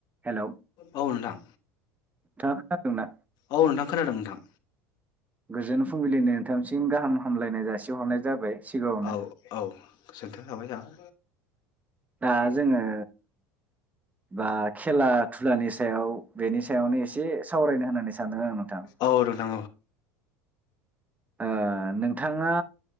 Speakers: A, on the right (about 20°); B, on the left (about 55°).
A: Hello
B: औ नोंथां
A: नोंथाङा खोनादोंना?
B: औ नोंथां खोनादों नोंथां
A: गोजोन फुंबिलिनि नोंथामसिम गाहाम हामलायनाय जासिहरनाय जाबाय सिगाङावनो
B: औ औ <unintelligible>
A: दा जोङो बा खेला दुलानि सायाव बेनि सायावनो एसे सावरायनो होननानै सानदों आं नोंथां
B: औ नोंथां
A: ओ नोंथाङा